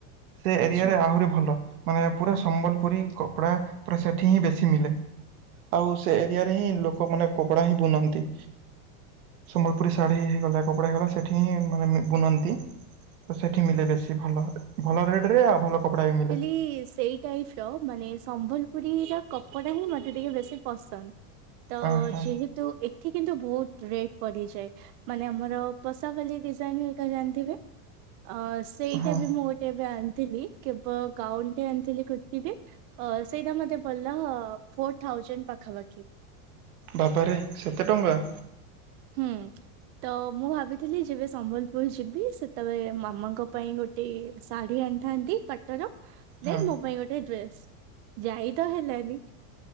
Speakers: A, on the right (about 80°); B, on the right (about 50°).
A: ସେ ଏରିଆରେ
B: ଆଚ୍ଛା
A: ଆହୁରି ଭଲ ମାନେ ପୁରା ସମ୍ବଲପୁରୀ କପଡା ପୁରା ସେଠି ହିଁ ବେଶୀ ମିଲେ। ଆଉ ସେ ଏରିଆରେ ହିଁ ଲୋକମାନେ କପଡା ହିଁ ବୁନନ୍ତି। ସମ୍ବଲପୁରୀ ଶାଢ଼ୀ ହେଇଗଲା କପଡ଼ା ହେଇଗଲା ସେଇଠି ହିଁ ମାନେ ବୁନନ୍ତି। ତ ସେଠି ମିଲେ ବେଶୀ ଭଲ, ଭଲ ରେଟ୍ ରେ ଆଉ ଭଲ କପଡା ବି ମିଲେ।
B: କି ସେଇ ଟାଇପ୍ ର ମାନେ ସମ୍ବଲପୁରୀର କପଡା ହିଁ ମତେ ଟିକେ ବେଶୀ ପସନ୍ଦ। ତ
A: ଅଁ ହଁ
B: ଯେହେତୁ ଏ ଏଠି କିନ୍ତୁ ବହୁତ ରେଟ୍ ପଡିଯାଏ। ମାନେ ଆମର ପଷାପାଲି ଡିଜାଇନ୍ ହେରିକା ଜାଣିଥିବେ? ଅ ସେଇଟା
A: ହଁ
B: ବି ମୁଁ ଗୋଟେ ଏବେ ଆଣିଥିଲି କେବଳ ଗାଉନ୍ ଟେ ଆଣିଥିଲି କୁର୍ତ୍ତି ଟେ ଅ ସେଇଟା ମତେ ପଡ଼ିଲା ଫୋର୍ ଥାଉଜେଣ୍ଡ ପାଖାପାଖି।
A: ବାବାରେ ସେତେ ଟଙ୍କା?
B: ହୁଁ ତ ମୁଁ ଭାବିଥିଲି ଯେବେ ସମ୍ବଲପୁର ଯିବି ସେତେବେଳେ ମାମାଙ୍କ ପାଇଁ ଗୋଟ୍ ଟେ ଶାଢ଼ୀ ଆଣିଥାନ୍ତି ପାଟ ର।
A: ହଁ
B: ଦେନ୍ ମୋ ପାଇଁ ଗୋଟେ ଡ୍ରେସ୍ ଯାଇ ତ ହେଲାନି।